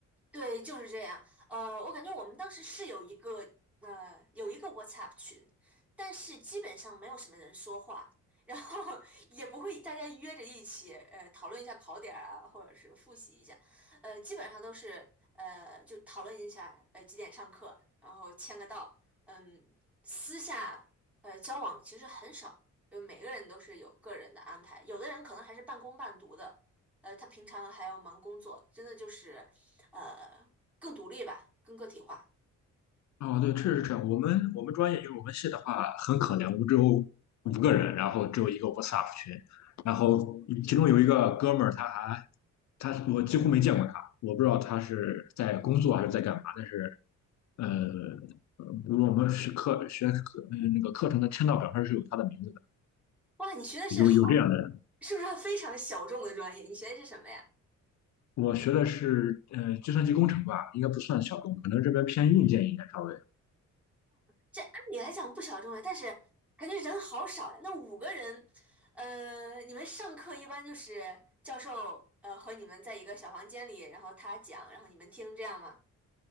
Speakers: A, in the centre; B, on the left.
A: 对，就是这样。呃，我感觉我们当时是有一个呃有一个 WhatsApp 群，但是基本上没有什么人说话，然后 <laughs> 也不会大家约着一起呃讨论一下考点儿啊，或者是复习一下，呃，基本上都是呃就讨论一下呃几点上课，然后签个到，嗯，私下呃交往其实很少，就每个人都是有个人的安排，有的人可能还是半工半读的。呃，他平常还要忙工作，真的就是呃更独立吧，更个体化。
B: 啊，对，确实是这样。我们我们专业就是我们系的话很可怜，我们只有五个人，然后只有一个 WhatsApp 群，然后其中有一个哥们儿，他还他我几乎没见过他，我不知道他是在工作还是在干嘛。但是呃，比如我们是课学课呃那个课程的签到表上是有他的名字的，
A: 哇，你学的是好，
B: 有有这样的人。
A: 是不是非常小众的专业？你学的是什么呀？
B: 我学的是呃计算机工程吧，应该不算小众，可能这边偏硬件一点稍微。
A: 这按理来讲不小众呀，但是感觉人好少呀。那五个人，呃，你们上课一般就是教授呃和你们在一个小房间里，然后他讲，然后你们听，这样吗？